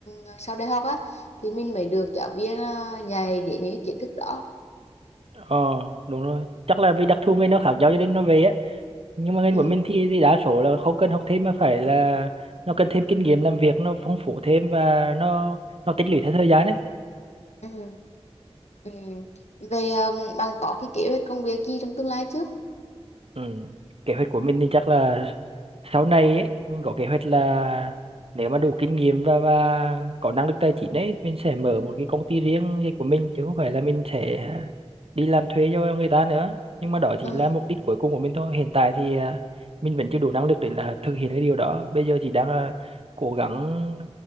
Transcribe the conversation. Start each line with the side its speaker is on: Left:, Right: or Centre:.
Left: à, sau đại học á thì mình mới được giáo viên à, dạy đến những cái kiến thức đó
Right: ờ đúng rồi chắc là vì đặc thù ngành nó khác nhau cho nên nó về á nhưng mà ngành
Left: ừ.
Right: của mình thì, thì đa số là không cần học thêm mà phải là nó cần thêm kinh nghiệm làm việc nó phong phú thêm và nó nó tích lũy theo thời gian đấy
Left: Ừ. Ừ. Về à, bạn có cái kế hoạch công việc gì trong tương lai chứ
Right: Ừ. Kế hoạch của mình thì chắc là sau này ấy, mình có kế hoạch là nếu mà đủ kinh nghiệm và và có năng lực tài chính ấy mình sẽ mở một cái công ty riêng riêng của mình chứ không phải là mình sẽ đi làm thuê cho người ta nữa nhưng mà đó chỉ
Left: ừ.
Right: là mục đích cuối cùng của mình thôi hiện tại thì à, mình vẫn chưa đủ năng lực để là thực hiện cái điều đó bây giờ chỉ đang à, cố gắng